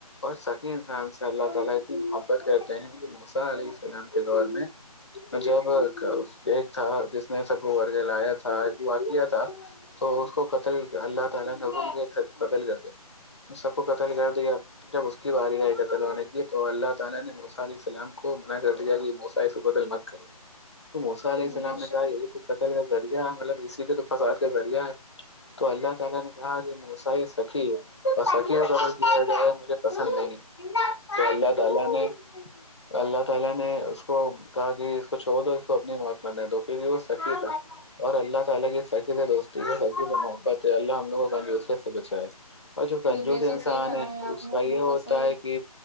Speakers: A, on the left; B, in the centre.
A: اور سکی انسان سے اللہ تعالی اتی محبت کرتے ہیں کہ موسی علیہ السلام کے دور میں جب ایک تھا جس نے سب کو ورگ لایا تھا وا کیا تھا تو اس کو قتل اللہ تعالی نے حکوم کیا کہ سب کو قتل کر دو سب کو قتل کر دیا جب اس کی باری گئی قتل ہونے کی تو اللہ تعالی نے موسی علیہ السلام کو منع کر دیا کہ موسی اسکو قتل مت کرو تو موسی علیہ السلام
B: جی بے
A: نے
B: شک
A: کہا یہ تو قتل کا ذریعہ مطلب اسی کے تو فساد کا ذریعہ ہے تو اللہ تعالی نے کہا کہ موسی یہ سخی ہے اور سخی کو قتل کیا جاۓ مجھے پسند نہیں ہے تو اللہ تعالی نے اللہ تعالی نے اس کو کہا کہ اسکو چھوڈ دو اس کو اپنی موت مرنے دو کیونکہ وہ سخی تھا اور اللہ تعالی کی س خی دوستی سخی سے محبت ہے اللہ ہم لوگ کو کنجوسی سے بچائے اور جو کنجوس
B: جی بے شک
A: انسان
B: صحیح فرمایا
A: ہے
B: آپ
A: اس
B: نے
A: کا یہ
B: بالکل
A: ہوتا
B: صحیح
A: ہے کہ